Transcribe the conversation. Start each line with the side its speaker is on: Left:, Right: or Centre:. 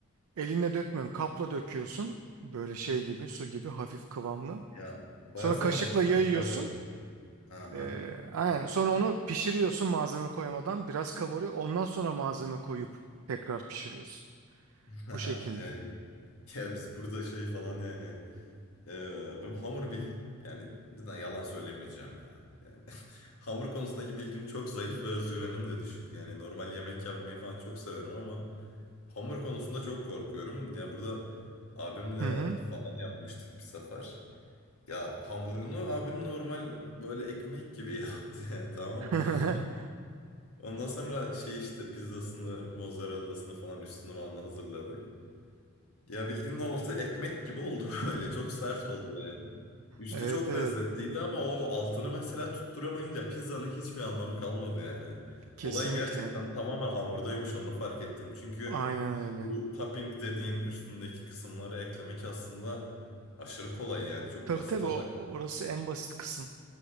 Right: elinle dökmüyorsun. Kapla döküyorsun. Böyle şey gibi su gibi hafif kıvamlı.
Left: Ya baya
Right: Sonra
Left: zahmetli
Right: kaşıkla yayıyorsun.
Left: ya bu arada. Aha.
Right: Ee, aynen. Sonra onu pişiriyorsun malzeme koymadan. Biraz kabarıyor. Ondan sonra malzeme koyup tekrar pişiriyorsun.
Left: <laughs>
Right: Bu şekilde.
Left: Ya, ya biz burada şey falan yani e, benim hamur bil yani cidden yalan söylemeyeceğim ya. Yani <laughs> hamur konusundaki bilgim çok zayıf ve özgüvenim de düşük. Yani normal yemek yapmayı falan çok severim ama hamur konusunda çok korkuyorum. Ya burada abimle
Right: Hı hı.
Left: falan yapmıştık bir sefer. Ya hamurunu abim normal böyle ekmek gibi <laughs> yaptı yani, tamam
Right: <laughs>
Left: mı? Ondan sonra şey işte pizzasını, mozzarellasını falan üstünü falan hazırladık. Ya bildiğin altı ekmek gibi oldu <laughs> böyle. Çok sert oldu yani. Üstü
Right: Evet
Left: çok
Right: evet.
Left: lezzetliydi ama o altını mesela tutturamayınca pizzanın hiçbir anlamı kalmadı yani.
Right: Kesinlikle.
Left: Olay gerçekten tamamen hamurdaymış onu fark ettim. Çünkü
Right: Aynen öyle.
Left: bu topping dediğin üstündeki kısımları eklemek aslında aşırı kolay yani. Çok
Right: Tabii
Left: basit
Right: tabii
Left: olaylar
Right: o, orası
Left: bunlar.
Right: en basit kısım.